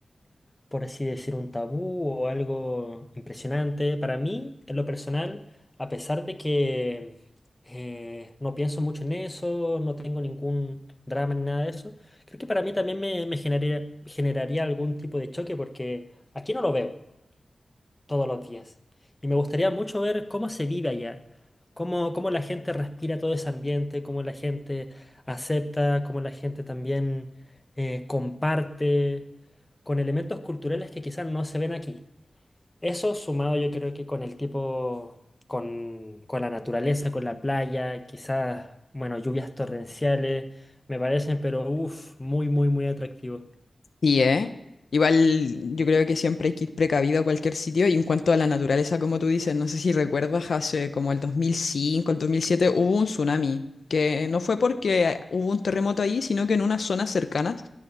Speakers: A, on the left; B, on the left.
A: por así decir, un tabú o algo impresionante. Para mí, en lo personal, a pesar de que eh, no pienso mucho en eso, no tengo ningún drama ni nada de eso, creo que para mí también me, me generaría, generaría algún tipo de choque porque aquí no lo veo todos los días. Y me gustaría mucho ver cómo se vive allá, cómo, cómo la gente respira todo ese ambiente, cómo la gente acepta, cómo la gente también eh, comparte con elementos culturales que quizás no se ven aquí. Eso sumado yo creo que con el tipo, con, con la naturaleza, con la playa, quizás, bueno, lluvias torrenciales, me parecen, pero uff, muy, muy, muy atractivo.
B: Sí, ¿eh? Igual yo creo que siempre hay que ir precavido a cualquier sitio y en cuanto a la naturaleza, como tú dices, no sé si recuerdas, hace como el 2005, el 2007, hubo un tsunami, que no fue porque hubo un terremoto ahí, sino que en unas zonas cercanas